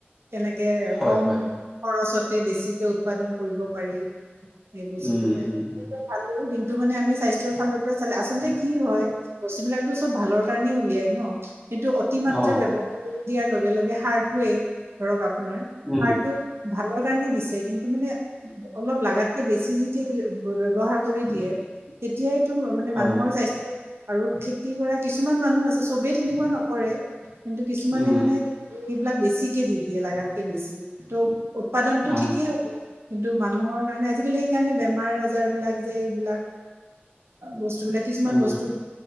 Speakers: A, on the right; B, in the centre.
A: কেনেকে
B: হয়
A: কম
B: হয়
A: খৰচতে বেছিকে উৎপাদন কৰিব পাৰি। সেই বস্তুটো
B: উম উম উম
A: ভালো কিন্তু টো মানে আমি স্বাস্থ্যৰ ফালৰ পৰা চালে আচলতে কি হয় বস্তু বিলাকো চব ভালৰ কাৰণে উলিয়াই ন। কিন্তটো অতিমাত্ৰা
B: অ
A: ব্যৱহাৰ কৰি দিয়াৰ লগে-লগে সাৰটয়ে ধৰক, আপোনাৰ
B: উম
A: সাৰটো ভালৰ কাৰণে দিছে। কিন্তু মানে অলপ লাগাতকে বেছি যেতিয়া ব্যৱহাৰ কৰি দিয়ে তেতিয়াই। মানে
B: হয়
A: মানুহৰ স্বাস্থ আৰু খেতি কৰা কিছুমান মানুহ আছে চবেই তেনেকুৱা নকৰে। কিন্তু কিছুমানে
B: উম
A: মানে এইবিলাক বেছিকে দি দিয়ে লাগাতকে বেছি ত'। উৎপাদনতটো
B: অ
A: ঠিকেই হ'ব। কিন্তু মানুহৰ কাৰণে আজিকালি এইকাৰণে বেমাৰ আজাৰ বিলাক যে এইবিলাক বস্তু যিবিলাক কিছুমান
B: অ
A: বস্তু